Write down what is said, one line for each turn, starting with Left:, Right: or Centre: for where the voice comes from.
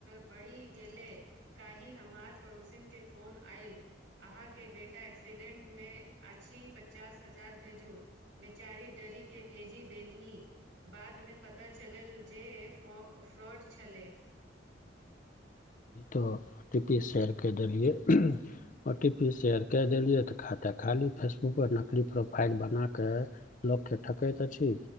Right: बढ़ि गेलय काहि हमार पड़ोसीन केँ फोन आइ अहाँकेँ बेटा एक्सीडेंट मे अछि पचास हजार भेजू बेच चारी डरी केँ भेजी देलनि बादमे पता चलल जे फ फ फ्रॉड छलै
Left: त टी पी शेयर क देलियै ओ टी पी शेयर कए देलियै त खाता ख खाली फेसबुक पर नकली प्रोफाइल बनाकेँ लोककेँ ठकैत अछि